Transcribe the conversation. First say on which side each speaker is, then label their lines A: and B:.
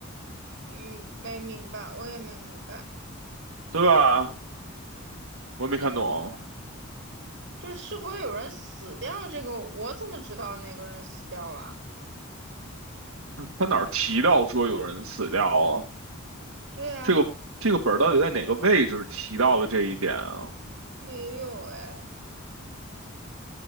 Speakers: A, on the right; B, on the right.
A: 嗯，没明白，我也没明白，
B: 对吧？我也没看懂，
A: 就是是否有人死掉这个，我怎么知道那个人死掉了？
B: 他哪儿提到说有人死掉啊？
A: 对啊，
B: 这个这个本儿到底在哪个位置提到了这一点啊？
A: 没有哎，